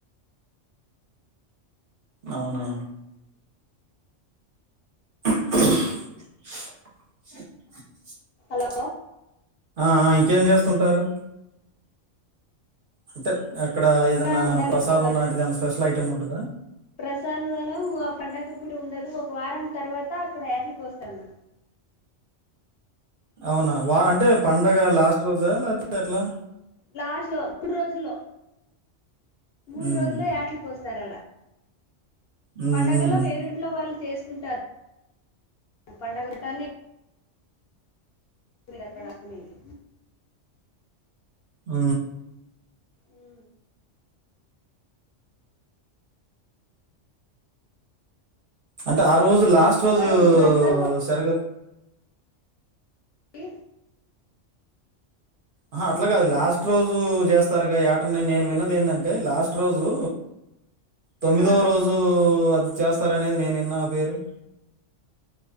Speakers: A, on the right; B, on the left.
A: అవునా అ
B: హలో
A: ఆ ఇంకేం చేస్తుంటారు అంటే ఎక్కడ ఏదన్నా
B: ఇంకా పండగలకి
A: ప్రసాదం లాంటిది ఏనా స్పెషల్ ఐటెమ్ ఉంటందా
B: ప్రసాదదనం ఆ పండగకూ ప్పుడు ఉండదు ఒక వారం తర్వాత అక్కడ ఏట్లకు కోస్తానా
A: అవునా వా అంటే పండగ లాస్ట్ రోజా లేకపోతే ఎట్లా
B: లాస్ట్ లో మూడు రోజుల్లో మూడు
A: హ్మ్.
B: రోజుల్లో ఏటలకు కోస్తారు
A: హ్మ్.
B: పడుగలో
A: హ్మ్.
B: వేరుంట్లో వాళ్ళు చేసు టారు పండగలు కానీ దక్క రా మీదీ
A: ఆ
B: ఉ
A: అంటే ఆ రోజు లాస్ట్ రోజు
B: తారు ఊరందరూ
A: సరిగదు
B: ఎ
A: ఆ అట్లా కాదు లాస్ట్ ఫ రోజు చేస్తారు ఆటని నేను విన్నది ఏంటంటే లాస్ట్ రోజు తొమ్మిదవ
B: ఆ
A: రోజు అది చేస్తారనేది నేనేన్న ఆ పేరు